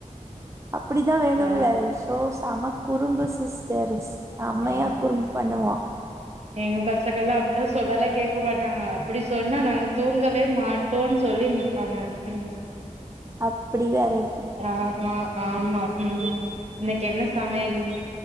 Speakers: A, on the right; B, on the right.
A: அப்டிதா வேணுல்ல
B: ஆ
A: சோ சம குறும்பு சிஸ்டர் செம்மையா
B: ஆ
A: குறும்பு பண்ணுவா
B: எங்க பசங்கள்லா அப்டிலா சொன்னாலா கேக்க மாட்டாங்க அப்டி சொன்னா நாங்க தூங்கவே மாட்டோனு சொ சொல்லி நிப்பாங்க ம்
A: அப்டி வேற இரு
B: ஆமா ஆமா ம் இன்னைக்கு என்ன சமையல்